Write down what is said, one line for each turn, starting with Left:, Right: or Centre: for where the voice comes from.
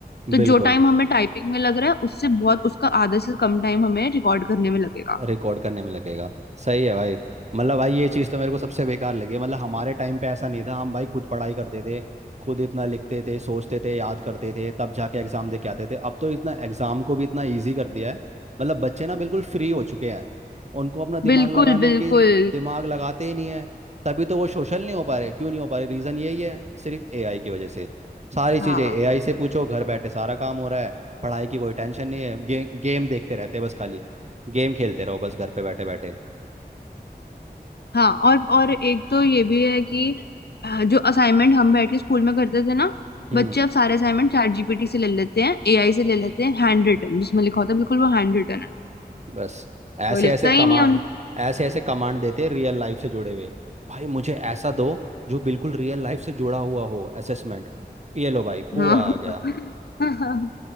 Left: तो
Right: बिल्कुल
Left: जो टाइम हमें टाइपिंग में लग रहा है उससे बहुत उसका आधा से कम टाइम हमें रिकॉर्ड करने में लगेगा
Right: रिकॉर्ड करने में लगेगा सही है भाई मतलब भाई ये चीज़ तो मेरे को सबसे बेकार लगी है मतलब हमारे टाइम पे ऐसा नहीं था हम भाई खुद पढ़ाई करते थे खुद इतना लिखते थे सोचते थे याद करते थे तब जाके एग्जाम दे के आते थे अब तो इतना एग्जाम को भी इतना ईजी कर दिया है मतलब बच्चे ना बिल्कुल फ्री हो चुके हैं उनको अपना दिमाग
Left: बिल्कुल
Right: लगाने
Left: बिल्कुल
Right: की दिमाग लगाते ही नहीं है तभी तो वो सोशल नहीं हो पा रहे क्यों नहीं हो पा रहे रीज़न यही है सिर्फ एआई की वजह से सारी चीज़ें
Left: हाँ
Right: एआई से पूछो घर बैठे सारा काम हो रहा है पढ़ाई की कोई टेंशन नहीं है गे, गेम देखते रहते हैं बस खाली गेम खेलते रहो बस घर पे बैठे बैठे
Left: हाँ और और एक तो ये भी है कि अ, जो असाइनमेंट हम बैठ के स्कूल में करते थे ना
Right: हम्म
Left: बच्चे अब सारे असाइनमेंट चैट जीपीटी से ले लेते हैं एआई से ले लेते हैं हैंड रिटन जिसमें लिखा होता है बिल्कुल वो हैंड रिटन है
Right: बस ऐसे
Left: कोई लिखता
Right: ऐसे कमा
Left: ही नहीं है उनको
Right: ऐसे ऐसे कमांड देते हैं रियल लाइफ से जुड़े हुए भाई मुझे ऐसा दो जो बिल्कुल रियल लाइफ से जुड़ा हुआ हो असेसमेंट ये लो भाई पूरा
Left: हाँ
Right: आ गया
Left: <laughs>